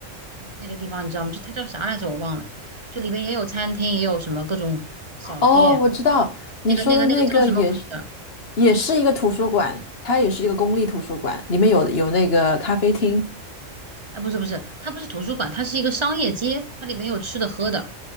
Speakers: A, on the right; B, on the left.
A: 那个地方，你知道吗？就它叫啥来着？我忘了。就里边也有餐厅，也有什么各种小店。
B: 哦，我知道你说的那个也是，
A: 那个那个那个叫什么？我不知道。
B: 也是一个图书馆，它也是一个公立图书馆，里面有有那个咖啡厅
A: 哎，不是不是，它不是图书馆，它是一个商业街，它里面有吃的喝的，